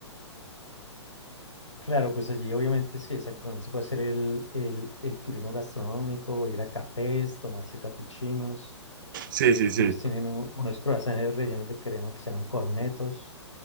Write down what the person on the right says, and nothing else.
Sí,
sí,
sí.